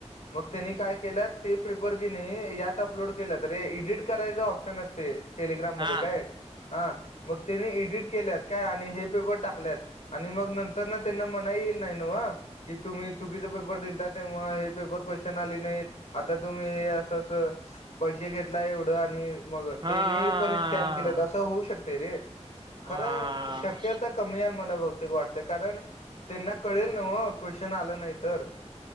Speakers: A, on the left; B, on the right.
A: मग त्यांनी काय केलंत ते पेपर कि नाही यात अपलोड केलं तरे एडिट करायच ऑप्शन असते टेलिग्राम
B: हा
A: मध्ये काय हा मग त्याने एडिट केल्यात काय आणि हे पेपर टाकल्यात आणि मग नंतर ना त्यांना मना येईल नाही ना की तुम्ही चुकीचे पेपर दिलता तेव्हा हे पेपर क्वेश्चन आले नाहीत आता तुम्ही अस पैसे घेतला एवढं आणि मग
B: हा
A: तेनी पण स्कॅम केले तर असं होऊ शकते रे खरं
B: हा
A: शक्य आता कमी आहे मला भौतेिक वाटते कारण त्यांना कळेल ना मग क्वेशन आलं नाही तर